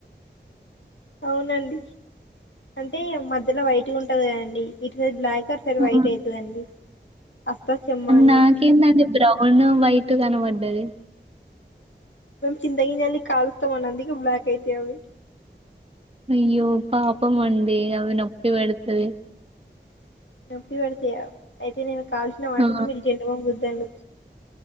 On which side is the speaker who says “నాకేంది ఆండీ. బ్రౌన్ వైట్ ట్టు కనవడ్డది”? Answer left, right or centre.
Right